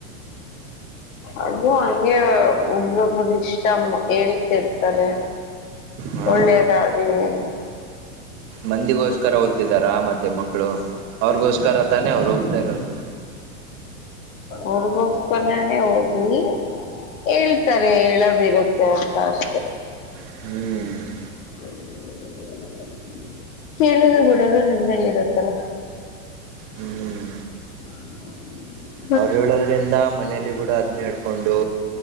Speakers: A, on the left; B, on the right.
A: ಅದು ಹಂಗೆ ಒಬ್ರೊಬ್ಬರು ಇಷ್ಟ ಹೇಳಿದ ಕೇಳರ್ತಾರೆ
B: ಹಾ
A: ಒಳ್ಳೇದಾಗಿ ಅ
B: ಮಂದಿಗೋಸ್ಕರ ಓದ್ತಿದಾರ ಮತ್ತೆ ಮಕ್ಕಳು ಅವ್ರಗೋಸ್ಕರ ತಾನೆ ಅವರು ಓದ್ತಾ ಇರೋದು
A: ಅವ್ರಗೋಸ್ಕರಾನೇ ಹಓದ್ಲಿ ಹೇಳ್ತಾರೆ ಹೇಳೋದಿರುತ್ತೆ ಅಂತ ಅಷ್ಟೆ
B: ಹ್ಮ
A: <inaudible> ಕೇಳುದು ಬಿಡೋದು ನಿಮ್ನಲ್ಲಿ ಇರುತ್ತಲ್ಲ
B: ಹ್ಮ್
A: <unintelligible>
B: ಅವ್ರು ಹೇಳೋದ್ರಿಂದ ಮನೇಲಿ ಅದೇ ಕೂಡ ಅದನ್ನ ಹಿಡ್ಕೊಂಡು